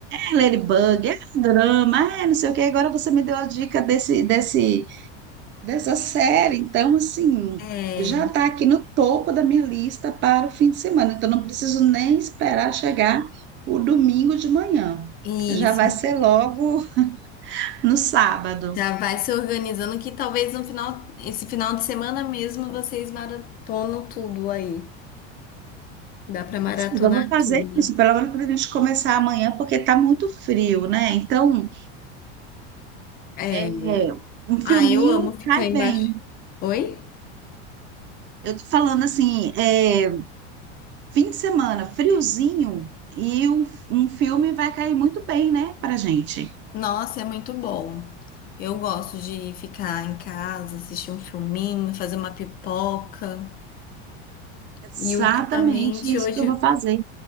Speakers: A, on the right; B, on the left.
A: É Ladybug, é drama, é não sei o que. Agora você me deu a dica desse, desse dessa série. Então, assim,
B: é,
A: já está aqui no topo da minha lista para o fim de semana. Então, não preciso nem esperar chegar o domingo de manhã.
B: isso.
A: Já vai ser logo no sábado.
B: Já vai se organizando que talvez no final, esse final de semana mesmo vocês maratonam tudo aí. Dá pra maratonar
A: Ou seja, Eu vou fazer
B: tudo.
A: isso, pelo menos para a gente começar amanhã, porque está muito frio, né? Então,
B: É.
A: é, um filminho
B: Ah, eu amo ficar
A: cai
B: embaixo.
A: bem.
B: Oi?
A: Eu tô falando assim, é, fim de semana, friozinho, e um, um filme vai cair muito bem, né, pra gente.
B: Nossa, é muito bom. Eu gosto de ficar em casa, assistir um filminho, fazer uma pipoca.
A: Exatamente
B: E ultimamente,
A: isso
B: hoje,
A: que eu vou fazer.